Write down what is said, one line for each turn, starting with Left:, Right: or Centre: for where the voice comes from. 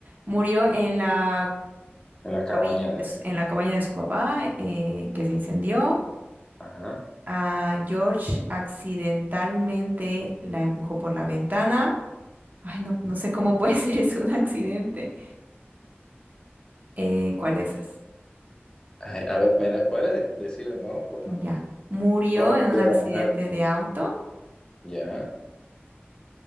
Right: Murió en la
Left: En la cabaña
Right: cabina de
Left: de...
Right: s- en la cabaña de su papá, eh, que se incendió.
Left: Ajá.
Right: A George accidentalmente la empujó por la ventana. Ay, no, no sé cómo puede <laughs> ser eso un accidente. Eh, ¿cuál de esas?
Left: Ay, a ver, ¿me las puedes de- decir de nuevo, porfa?
Right: Ya. Murió
Left: ¿Cómo
Right: en un
Left: murió
Right: accidente
Left: la mujer?
Right: de auto.
Left: Ya.